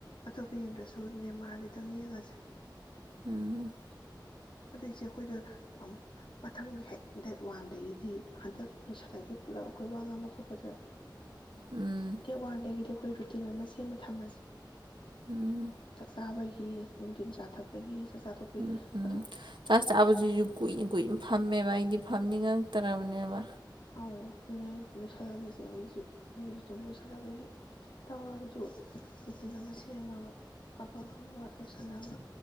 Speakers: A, on the left (about 90°); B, on the right (about 80°).
A: ꯑꯇꯣꯞꯄ ꯌꯦꯡꯗ꯭ꯔꯁꯨ ꯅꯦꯃꯥꯔꯒꯤ ꯈꯤꯇꯪ ꯌꯦꯡꯉꯁꯦ
B: ꯎꯝ
A: ꯑꯗꯨ ꯏꯆꯦ ꯑꯩꯈꯣꯏꯗꫭ ꯃꯊꯪ ꯍꯦꯛ ꯗꯦꯠ ꯋꯥꯟꯗꯒꯤꯗꯤ ꯍꯟꯗꯛ ꯂꯨꯁꯜꯂꯖꯦ ꯍ ꯄꯨꯂꯞ ꯑꯩꯈꯣꯏ ꯋꯥ ꯉꯥꯡꯕ ꯈꯣꯠꯄꯖꯦ
B: ꯎꯝ
A: ꯗꯦꯠ ꯋꯥꯥꯟꯗꯒꯗꯤ ꯑꯩꯈꯣꯏ ꯔꯨꯇꯤꯟ ꯑꯃ ꯁꯦꯝꯃ ꯊꯝꯃꯥꯖꯦ
B: ꯎꯝ
A: ꯆꯥꯛ ꯆꯥꯕꯒꯤ ꯅꯨꯡꯗꯤꯟ ꯆꯥꯊꯛꯄꯒꯤ
B: ꯎꯝ
A: ꯄꯥꯒꯤ
B: ꯎꯝ ꯆꯥꯛ ꯆꯥꯕꯖꯤꯖꯨ ꯀꯨꯏꯅ ꯀꯨꯏꯅ ꯐꯝꯃꯦꯕ ꯑꯩꯗꯤ ꯐꯝꯅꯤꯡꯉꯛ ꯇꯔꯕꯅꯦꯕ
A: ꯑꯣ ꯑꯗꯨꯅ ꯑꯩ ꯂꯣꯏꯁꯤꯜꯂꯁꯤꯁꯦ ꯑꯩꯁꯨ ꯑꯩꯁꯨ ꯑꯗꯨꯝ ꯂꯣꯏꯁꯤꯜꯂꯕꯒꯤ ꯇꯧꯔꯒꯁꯨ ꯔꯨꯇꯤꯟ ꯑꯃ ꯁꯦꯝꯃꯒ ꯑꯐ ꯐꯐꯕ ꯂꯣꯏꯁꯤꯜꯂꯒ